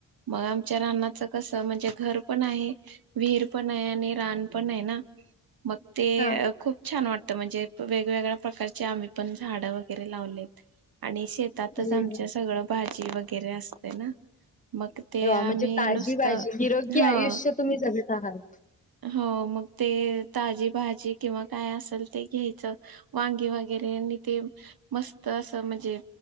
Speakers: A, on the right (about 55°); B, on the left (about 20°).
A: मग आमच्या रानाचं कसं म्हणजे घर पण आहे विहीर पण आहे आणि रान पण आहे ना मग ते
B: हा
A: खूप छान वाटतं म्हणजे वेगवेगळ्या प्रकारचे आम्ही पण झाड वगैरे लावलेत आणि शेतातच
B: अरे
A: आमच्या
B: वा.
A: सगळं भाज वगैरे असते ना, मग ते
B: अरे वा
A: आम्ही
B: म्हणजे ताजी
A: नुसतं
B: बाजी निरोगी
A: ह
B: आयुष्य तुम्ही जगत आहात
A: हो मग ते ताजी भाजी किंवा काय असेल ते घ्यायचं वांगी वगैरे ते मस्त अस म्हणजे